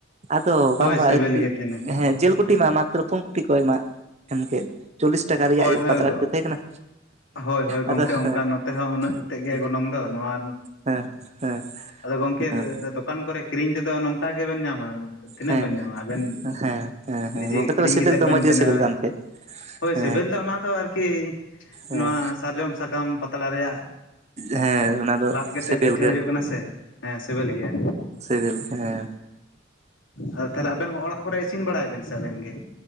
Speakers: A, on the right; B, on the left.
A: ᱟᱫᱚ
B: ᱦᱳᱭ
A: ᱵᱟᱝᱢᱟ
B: ᱥᱤᱵᱤᱞ ᱜᱮ ᱛᱟᱦᱮᱱᱟ
A: ᱦᱮᱸ ᱡᱤᱞ ᱠᱩᱴᱤ ᱢᱟ ᱢᱟᱛᱨᱚ ᱯᱩᱱ ᱠᱩᱴᱤ ᱠᱚ ᱮᱢᱟᱜ ᱮᱢ ᱠᱮᱫ ᱪᱚᱞᱞᱤᱥ ᱴᱟᱠᱟ ᱨᱮᱭᱟᱜ
B: ᱦᱳᱭ ᱦᱳᱭ
A: ᱯᱟᱛᱲᱟ ᱯᱤᱴᱷᱟᱹ ᱛᱟᱦᱮᱸ ᱠᱟᱱᱟ
B: ᱦᱳᱭ ᱦᱳᱭ ᱜᱚᱢᱠᱮ
A: ᱟᱫᱚ ᱦᱮᱸ
B: ᱚᱱᱠᱟ ᱱᱚᱛᱮ ᱦᱚᱸ ᱩᱱᱟᱹᱜ ᱛᱮᱫ ᱜᱮ ᱜᱚᱱᱚᱝ ᱫᱚ ᱱᱚᱣᱟ
A: ᱦᱮᱸ ᱦᱮᱸ
B: ᱟᱫᱚ ᱜᱚᱢᱠᱮ
A: ᱦᱮᱸ
B: ᱫᱚᱠᱟᱱ ᱠᱚᱨᱮ ᱠᱤᱨᱤᱧ ᱛᱮᱫᱚ ᱱᱚᱝᱠᱟ ᱜᱮᱵᱤᱱ ᱧᱟᱢᱟ ᱛᱤᱱᱟᱹᱜ
A: ᱦᱮᱸ
B: ᱵᱮᱱ ᱧᱟᱢᱟ ᱟᱵᱮᱱ
A: ᱦᱮᱸ ᱦᱮᱸ ᱦᱮᱸ
B: ᱱᱤᱡᱮ
A: ᱜᱚᱝᱠᱮ
B: ᱠᱤᱨᱤᱧ
A: ᱛᱚᱵᱮ ᱥᱤᱵᱤᱞ
B: ᱠᱟᱛᱮᱫ
A: ᱫᱚ
B: ᱵᱤᱱ
A: ᱢᱚᱸᱡᱽ
B: ᱵᱮᱱᱟᱣ
A: ᱜᱮ ᱥᱤᱵᱤᱞ
B: ᱟ
A: ᱠᱟᱱ ᱛᱟᱦᱮᱸᱫ ᱦᱮᱸ
B: ᱥᱤᱵᱤᱞ ᱫᱚ ᱚᱱᱟ ᱫᱚ ᱟᱨᱠᱤ
A: ᱦᱮᱸ
B: ᱱᱚᱣᱟ ᱥᱟᱨᱡᱚᱢ ᱥᱟᱠᱟᱢ ᱯᱟᱛᱲᱟ ᱨᱮᱭᱟᱜ
A: ᱦᱮᱸ ᱚᱱᱟ ᱫᱚ
B: ᱞᱟᱫ ᱠᱟᱛᱮᱫ
A: ᱥᱤᱵᱤᱞ
B: ᱯᱤᱴᱷᱟᱹ
A: ᱜᱮ
B: ᱦᱩᱭᱩᱜ ᱠᱟᱱᱟ ᱥᱮ ᱦᱮᱸ ᱥᱤᱵᱤᱞ ᱜᱮᱭᱟ᱾
A: ᱥᱮᱵᱤᱞ ᱜᱮ ᱦᱮᱸ
B: ᱟᱫᱚ ᱛᱟᱦᱚᱞᱮ ᱟᱵᱮᱱ ᱦᱚᱸ ᱚᱲᱟᱜ ᱠᱚᱨᱮ ᱤᱥᱤᱱ ᱵᱟᱲᱟᱭᱟ ᱵᱮᱱ ᱥᱮ ᱟᱵᱮᱱ ᱜᱮ?